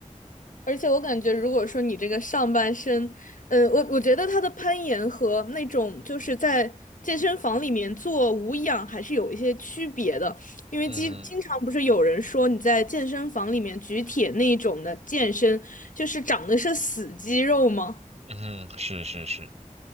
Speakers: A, on the left (about 85°); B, on the right (about 55°).
A: 而且我感觉，如果说你这个上半身，呃，我我觉得它的攀岩和那种就是在健身房里面做无氧还是有一些区别的，因为经经常不是有人说你在健身房里面举铁那种的健身，
B: 嗯
A: 就是长的是死肌肉吗？
B: 哼嗯哼，是是是。